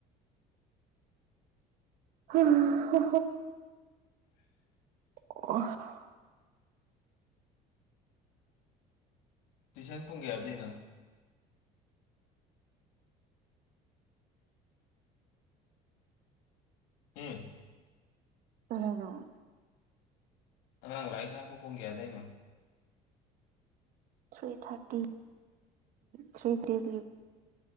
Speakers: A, on the right (about 60°); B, on the left (about 85°).
A: ꯎꯝ ꯍ ꯑꯣ
B: ꯇꯨꯏꯁꯟ ꯄꯨꯡ ꯀꯌꯥꯗꯅꯣ ꯎꯝ <unintelligible> <inaudible>
A: ꯑ <unintelligible> <inaudible>
B: ꯑꯉꯥꯡ ꯂꯥꯏ ꯊꯥꯛꯄ ꯄꯣꯡꯒꯌꯥꯗꯏꯩꯅꯣ
A: ꯊ꯭ꯔꯤ ꯊꯥꯔꯇꯤ ꯊ꯭ꯔꯤ ꯊ꯭ꯔꯤꯗꯒꯤ